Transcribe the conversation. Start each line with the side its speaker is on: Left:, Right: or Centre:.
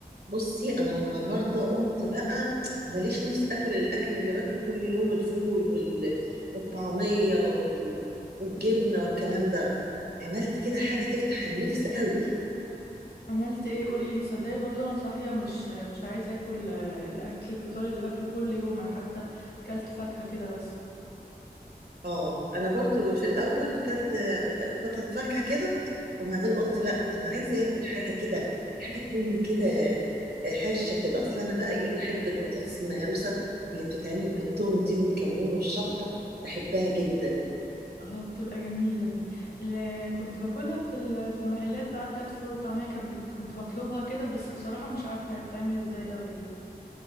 Right: بصي انا النهارده قمت بقى ماليش نفس اكل الاكل اللي باكله كل يوم الفول وال... والطعميه وال... والجبنه والكلام ده عملت كده حاجه تفتح النفس قوي
Left: عملت ايه قوليلي تصدقي برضو انا صاحيه مش مش عايزه اكل آه، الاكل الفطار اللي باكله كل يوم انا حتى كلت فاكهه كده بس
Right: اه انا برضو في الاول كلت آه، قطعه فاكهه كده وبعدين قلت لا ده انا عايزه اكل حاجه كده حاجه تكون كده آه، حرشه كده اصل انا بقى ايه بحب البطاطس المهروسه اللي بتتعمل بالثوم دي والكمون والشطه بحبها جدا
Left: اه بتبقى جميله دي اللي كنت باكلها في ال- في المحلات بقى بتاعت فول وطعميه كانت بت- كنت بطلبها كده بس بصراحه مش عارفه هي بتعمل ازاي قوي يعني